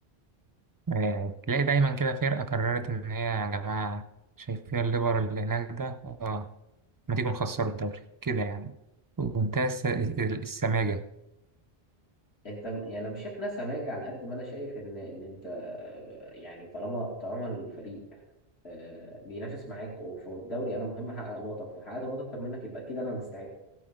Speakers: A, on the right; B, on the left.
A: يعني تلاقي دايما كده فرقة قررت إن هي يا جماعة شايفين الليفر اللي هناك ده آه ما تيجوا نخسروا الدوري كده يعني ومنتهى الس- ال- السماجة
B: انت يعني انا مش شايف ناس سماجة على قد ما انا شايف ان ان انت آه، يعني طالما طالما الفريق آه، بينافس معاك وفي الدوري انا مهم احقق نقط اكتر حققت نقط اكتر منك يبقى اكيد انا اللي استحق